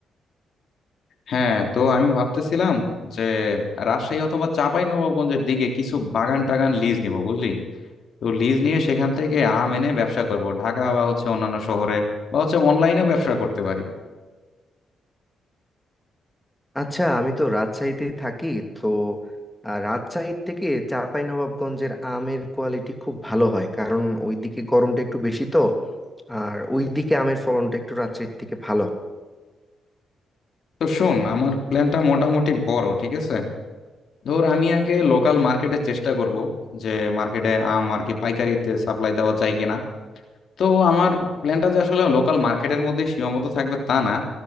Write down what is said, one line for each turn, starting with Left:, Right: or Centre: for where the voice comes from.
Left: হ্যাঁ তো আমি ভাবতেছিলাম যে রাজশাহী অথবা চাঁপাই নবাবগঞ্জের দিকে কিছু বাগান টাগান লিজ নিব বুঝলি তো লিজ নিয়ে সেখান থেকে আম এনে ব্যবসা করব ঢাকা বা হচ্ছে অন্যান্য শহরে বা হচ্ছে অনলাইনেও ব্যবসা করতে পারি
Centre: আচ্ছা আমি তো রাজশাহীতেই থাকি তো আহ, রাজশাহীর থেকে চাঁপাইনবাবগঞ্জের আমের কোয়ালিটি খুব ভালো হয় কারণ ওইদিকে গরমটা একটু বেশি তো আর ওইদিকে আমের ফলনটা একটু রাজশাহীর থেকে ভালো
Left: তো শোন আমার প্ল্যানটা মোটামুটি বড় ঠিক আছে ধর আমি আগে লোকাল মার্কেটে চেষ্টা করব যে মার্কেটে আম আর কি পাইকারিতে সাপ্লাই দেওয়া যায় কিনা তো আমার প্ল্যানটা যে আসলে লোকাল মার্কেটের মধ্যে সীমাবদ্ধ থাকবে তা না